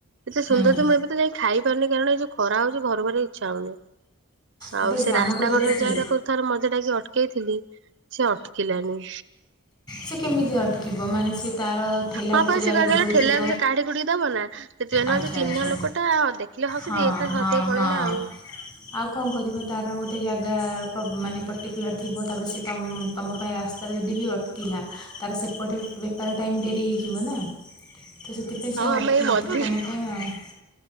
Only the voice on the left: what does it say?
ହୁଁ
ଗୋଟେ
କାମ
କରିବା
କି
ସେ କେମିତି ଅଟକିବ ମାନେ ସେ ତା'ର ଠେଲା
ଗୋଟେ
ଜାଗାରେ
ଦେଉଥିବ
ଆଚ୍ଛା
ଆଚ୍ଛା
ହଁ
ହଁ
ହଁ
ଆଉ କଣ କରିବ ତାର ଗୋଟେ ଜାଗା ମାନେ ପର୍ଟିକୁଲାର ଥିବ ତାପରେ ସେ ତମ ତମ ପାଇଁ ରାସ୍ତାରେ ଯଦି ବି ଅଟ କିଲା ତାର ସେପଟେ ବେପାର ଟାଇମ୍ ଡେରି ହେଇଯିବ ନା। ତ ସେଥି ପାଇଁ ସେ ଆଉ
ଅଟିକି
ନଥିବ
ତମ ପାଇଁ ଆଉ।